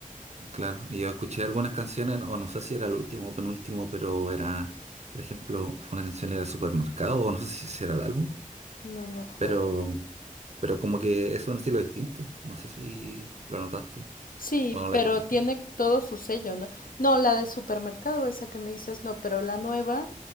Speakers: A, on the right; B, on the left.
A: claro. Y yo escuché algunas canciones, o no sé si era el último o penúltimo, pero era, por ejemplo, una canción era Supermercado, o no sé si si era el álbum,
B: No me acuerdo.
A: pero, pero como que es un estilo distinto, no sé si lo notaste.
B: Sí,
A: O no la
B: pero
A: escuchaste.
B: tiene todo su sello, ¿no? No, la de supermercado, esa que me dices, no, pero la nueva,